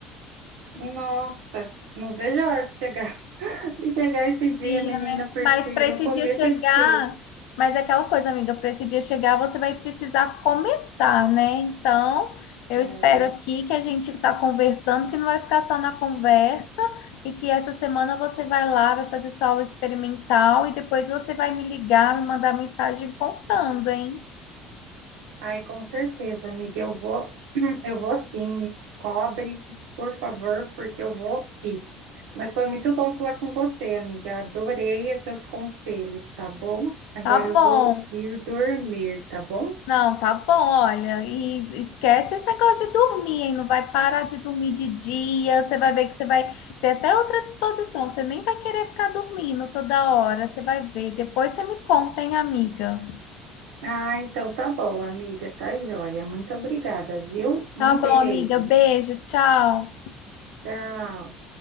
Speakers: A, on the right; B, on the left.
A: Nossa, não vejo a hora de chegar, <laughs> de chegar esse dia,
B: dia,
A: menina,
B: né?
A: porque
B: Mas para
A: no
B: esse
A: começo
B: dia chegar,
A: é difícil.
B: mas é aquela coisa, amiga, para esse dia chegar, você vai precisar começar, né? Então, eu
A: É.
B: espero aqui que a gente está conversando, que não vai ficar só na conversa, e que essa semana você vai lá, vai fazer sua aula experimental, e depois você vai me ligar, me mandar mensagem contando, hein?
A: Ai, com certeza, amiga. Eu vou, <clears throat> eu vou sim. Me cobre, por favor, porque eu vou sim. Mas foi muito bom falar com você, amiga. Adorei os seus conselhos, tá bom? Agora
B: Tá
A: eu
B: bom.
A: vou ir dormir, tá bom?
B: Não, tá bom, olha, e esquece esse negócio de dormir, hein? Não vai parar de dormir de dia, você vai ver que você vai ter até outra disposição, você nem vai querer ficar dormindo toda hora, você vai ver. Depois você me conta, hein, amiga?
A: Ah, então tá bom, amiga. Tá joia. Muito obrigada, viu? Um
B: Tá bom,
A: beijo.
B: amiga, beijo, tchau.
A: Tchau.